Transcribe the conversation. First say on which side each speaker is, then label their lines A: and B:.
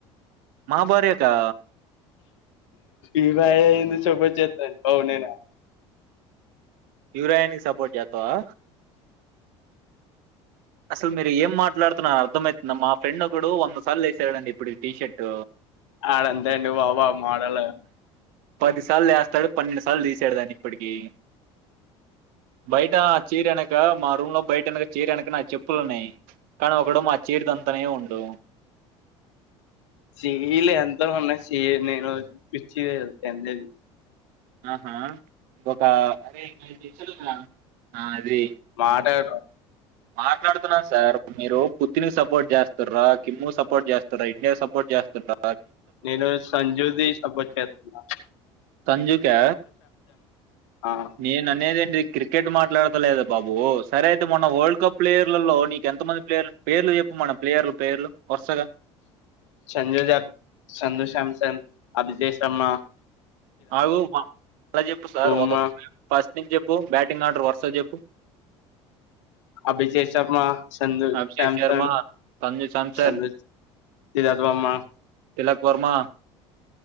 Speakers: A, on the right; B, on the left.
A: మా భార్య కా
B: ఇవాయందు చొబ చెత పౌనేనా
A: యూరాయనికి సపోర్ట్ జేత్తవా అసలు మీరు ఏం మాట్లాడుతున్న అర్థం అయితుంద? మా ఫ్రెండ్ ఒకడు వంద సార్లు ఏసాడండి ఇప్పుడు ఈ టీషర్ట్!
B: ఆడంతే అండి బాబు ఆ మోడలే
A: పదిసార్లు ఏస్తాడు పన్నెండు సార్లు తీసాడు దాన్ని ఇప్పటికిీ బయట ఆ చీరెనక మా రూమ్ లో బైటెనక చీరెనక నాయ్ చెప్పులున్నాయి కానీ ఒకడు మా చేడు తంతానే ఉండు
B: సిఈలు ఎంత ఉన్న సి నేను పిచ్చిగా చేస్తా ఎంజాయ్
A: ఆహా ఒక అరేయ్ నాది <unintelligible> ఉందిరా ఆ అది
B: మాటరు
A: మాట్లాడుతున్నాను సార్ మీరు పుత్తిని సపోర్ట్ చేస్తార కిమ్ము సపోర్ట్ చేస్తారా ఇండియాకి సపోర్ట్ చేస్తుండ్రా
B: నేను సంజ్యూది సపోర్ట్ చేతున్న
A: సంజుకా
B: ఆ
A: నేననేదేంటి క్రికెట్ మాట్లాడుత లేద బాబు సరే అయితే మొన్న ఓల్డ్ కప్ ప్లేయర్లలో నీకు ఎంత మంది ప్లేయర్లు పేర్లు చెప్ప మన ప్లేయర్లు పేర్లు వరుసగా
B: సంజుదప్ సందు శాంసన్ అభిజేషమ
A: అగు మళ్ల చెప్పు సార్
B: బూమ
A: ఒకొక <unintelligible> టింగ్ చెప్పు బ్యాటింగ్ ఆర్డర్ వరుసగ చెప్పు
B: అభిషె శర్మా సంజు
A: అభిషేక్
B: సమ్సన్
A: శర్మ సంజు సామ్సన్
B: సంజుజ్ దీరజ్ వమ్మ
A: తిలక్ వర్మా